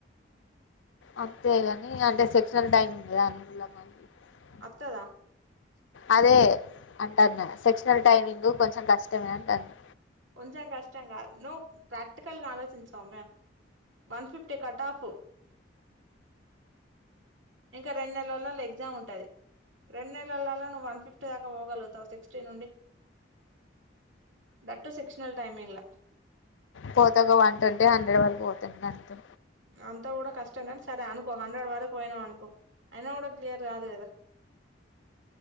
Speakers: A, on the left (about 80°); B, on the right (about 80°).
A: అంతేగాని అంటే సెక్షనల్ టైమింగ్ కదాని <unintelligible>
B: అత్తదా?
A: అదే అంటాన్న సెక్షనల్ టైమింగ్ కొంచెం కష్టమే అంటాన్నా.
B: కొంచెం కష్టం గాదు. నువ్వు ప్రాక్టికల్గా ఆలోచించు వన్ ఫిఫ్టీ కట్ ఆఫ్ ఇంకా రెండు నెలల్లోఎగ్జామ్ ఉంటాది. రెండు నెలలాలో నువ్వు వన్ ఫిఫ్టీ దాకా పోగలుగుతావా సిక్స్టీ నుండి? దట్ సెక్షనల్ టైమింగ్ లో
A: పోతా ఒక వన్ ట్వంటీ హండ్రెడ్ వరకు పోతుంది ఇగ అంతే
B: అంతా కూడా కష్టం కానీ సరే అనుకో హండ్రెడ్ వరకు పోయినాం అనుకో అయినా కూడా క్లియర్ కాదు కదా?